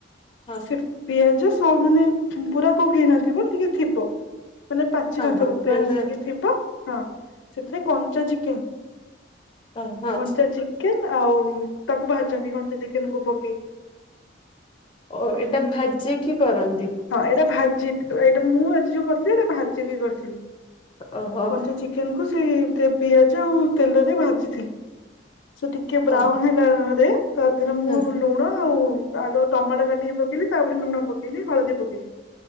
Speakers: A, on the left; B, on the left.
A: ହଁ
B: ସେ ପିଆଜ ମାନେ ସ ପୁରା କୁକ୍ ହେଇନଥିବ ଟିକେ ଥିବ। ମାନେ ପାଚି
A: ହଁ
B: ନଥିବ
A: ହଁ
B: ପିଆଜ
A: ମାନେ
B: ଟିକେ ଥିବ ହଁ। ସେଥିରେ କଞ୍ଚା ଚିକେନ
A: ଅ ହଁ।
B: କଞ୍ଚା ଚିକେନ ଆଉ ତାକୁ ଭାଛନ୍ତି କଞ୍ଚା ଚିକେନ କୁ ପକେଇକି।
A: ଓ ଏଇଟା ଭାଜିକି କରନ୍ତି।
B: ହଁ ଏଇଟା ଭାଜି ଏଇଟା ମୁଁ ଆଜି ଯୋଉ କରିଥିଲି ଏଇଟା ଭାଜିିକି କରିଥିଲି।
A: ଓହୋ।
B: କଞ୍ଚା ଚିକେନ କୁ ସେଇ ପିଆଜ ଆଉ ତେଲରେ ଭାଜିଥିଲି। ସେଠି ଟିକେ ବ୍ରାଉନ
A: ଅ
B: ହେଲାରେ ତାଥିରେ ମୁଁ
A: ହଁ
B: ଲୁଣ ଆଉ ଆଗ ଟମାଟୋ କାଟିକି ପକେଇଲି। ତାପରେ ଲୁଣ ପକେଇଲି ହଳଦୀ ପକେଇଲି।